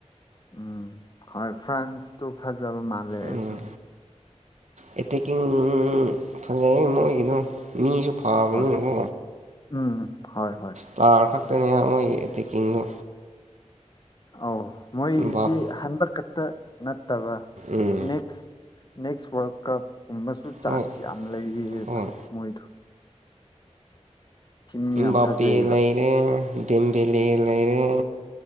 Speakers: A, on the left; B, on the right.
A: ꯎꯝ ꯍꯣꯏ ꯐ꯭ꯔꯥꯟꯁꯇꯨ ꯐꯖꯕ ꯃꯥꯜꯂꯦ ꯑꯩꯁꯨ
B: ꯎꯝ ꯑꯦꯇꯦꯛꯀꯤꯡ ꯐꯖꯩꯌꯦ ꯃꯣꯏꯒꯤꯗꯣ ꯃꯤꯁꯨ ꯐꯥꯕꯅꯦꯅꯀꯣ
A: ꯍꯣꯏ ꯎꯝ ꯐꯩ
B: ꯇꯥ ꯈꯛꯇꯅꯦ ꯃꯣꯏꯒꯤ ꯑꯦꯇꯦꯛꯀꯤꯡꯗꯣ
A: ꯑꯧ ꯃꯣꯏꯗꯤ
B: ꯕꯥꯞ
A: ꯍꯟꯗꯛ ꯈꯛꯇ ꯅꯠꯇꯕ
B: ꯎꯝ
A: ꯅꯦꯛꯁ ꯅꯦꯛꯁ ꯋꯥꯔꯜ ꯀꯞꯀꯨꯝꯕꯁꯨ ꯆꯥꯟꯁ
B: ꯍꯣꯏ
A: ꯌꯥꯝ ꯂꯩꯌꯦꯕ
B: ꯍꯣꯏ
A: ꯃꯣꯏꯗꯨ ꯇꯤꯝ ꯌꯥꯝ
B: ꯕꯄꯦ
A: ꯐꯖꯩꯌꯦꯕ
B: ꯂꯩꯔꯦ ꯗꯤꯝꯕꯤꯂꯦ ꯂꯩꯔꯦ